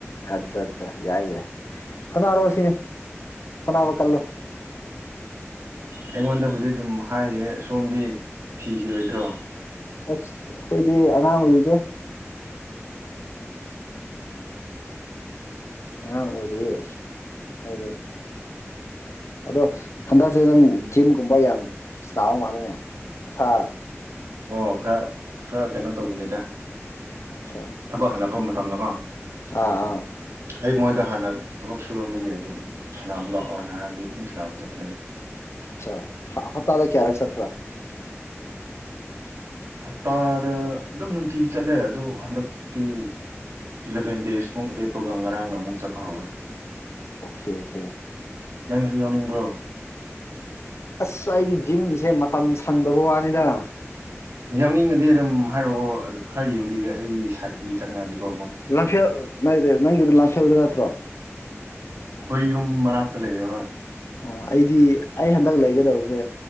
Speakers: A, on the left; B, on the right.
A: ꯑꯠꯆꯥ ꯆꯥ ꯌꯥꯏ ꯌꯥꯏ ꯍꯣꯠꯅꯔꯣ ꯁꯤꯅꯦ ꯍꯣꯠꯅꯕ ꯀꯜꯂꯣ
B: ꯑꯩꯉꯣꯟꯗꯕꯨꯗꯤ ꯑꯗꯨꯝ ꯍꯥꯏꯌꯦ ꯁꯣꯝꯗꯤ ꯊꯤꯈꯤꯔꯣꯏꯗ꯭ꯔꯣ
A: ꯑꯠꯆ ꯑꯩꯈꯣꯏꯗꯤ ꯑꯉꯥꯡ ꯑꯣꯏꯔꯤꯗ ꯑꯉꯥꯡ ꯑꯣꯏꯔꯤꯌꯦ ꯍꯥꯏꯗꯤ ꯑꯗꯣ ꯍꯟꯗꯛꯁꯦ ꯅꯪ ꯖꯤꯝꯒꯨꯝꯕ ꯌꯥꯝ ꯆꯥꯕ ꯃꯥꯂꯦꯅꯦ ꯃꯁꯥ
B: ꯑꯣ ꯈꯔ ꯈꯔ ꯀꯩꯅꯣ ꯇꯧꯕꯅꯤꯗ
A: ꯑꯠꯆꯥ
B: ꯊꯕꯛ ꯍꯜꯂꯛꯄ ꯃꯇꯝꯗꯀꯣ
A: ꯑꯥ ꯑꯥ
B: ꯑꯩ ꯃꯣꯏꯗ ꯍꯥꯟꯅ ꯊꯕꯛ ꯁꯨꯔꯝꯕꯒꯤ ꯑꯗꯨꯝ ꯁꯅꯥꯕ ꯂꯥꯛꯑꯣ ꯍꯥꯟꯅ ꯍꯥꯏꯕꯒꯤ ꯑꯗꯨꯝ ꯁꯥꯟꯅꯕ ꯆꯠꯄꯅꯤꯗ
A: ꯑꯆꯥ ꯍꯥ ꯍꯞꯇꯥꯗ ꯀꯌꯥ ꯔꯛ ꯆꯠꯄꯔꯥ
B: ꯍꯞꯇꯥꯗ ꯑꯗꯨꯝ ꯅꯨꯡꯇꯤꯒꯤ ꯆꯠꯂꯦ ꯑꯗꯨ ꯍꯟꯗꯛꯇꯤ ꯏꯂꯚꯦꯟ ꯗꯦꯖꯃꯨꯛ ꯂꯦꯞꯄꯒ ꯉꯔꯥꯡꯅ ꯑꯃꯨꯛ ꯆꯠꯄ ꯍꯧꯋꯦ
A: ꯑꯣꯈꯦ ꯑ‌ꯣꯈꯦ
B: ꯅꯪꯁꯨ ꯌꯥꯎꯅꯤꯡꯕ꯭ꯔꯣ
A: ꯑꯁ ꯑꯩꯗꯤ ꯖꯤꯝꯒꯤꯁꯦ ꯃꯇꯝ ꯁꯪꯗꯕ ꯋꯥꯅꯤꯗ
B: ꯌꯥꯎꯅꯤꯡꯉꯗꯤ ꯑꯗꯨꯝ ꯍꯥꯏꯔꯛꯑꯣ ꯈꯔ ꯌꯦꯡꯕꯤꯒꯦ ꯑꯩꯒꯤ ꯁꯥꯏꯠ ꯀꯤ ꯆꯉꯛ ꯑꯗꯤꯀꯣ
A: ꯂꯝꯐꯦꯜ ꯅꯥꯏꯗ ꯅꯪꯒꯤꯗ‌ꯣ ꯂꯝꯐꯦꯜꯗ ꯅꯠꯇ꯭ꯔꯣ
B: ꯑ ꯈꯣꯏ ꯌꯨꯝ ꯃꯅꯥꯛꯇ ꯂꯩꯔꯦ ꯍꯣꯏ
A: ꯑꯣ ꯑꯩꯗꯤ ꯑꯩ ꯍꯟꯗꯛ ꯂꯩꯒꯗꯕꯁꯦ